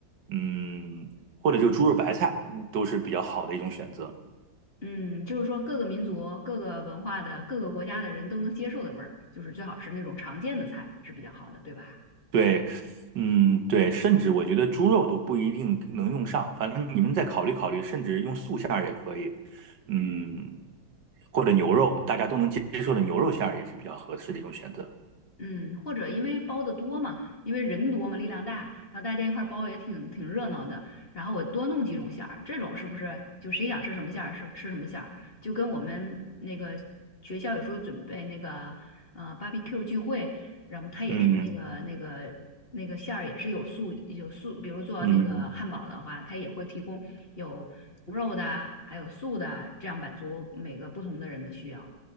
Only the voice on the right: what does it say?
嗯，或者就猪肉白菜都是比较好的一种选择。
对，嗯对，甚至我觉得猪肉都不一定能用上，反正你们再考虑考虑，甚至用素馅儿，嗯，或者牛肉，大家都能接受的牛肉馅儿也是比较合适的一种选择。
嗯。
嗯，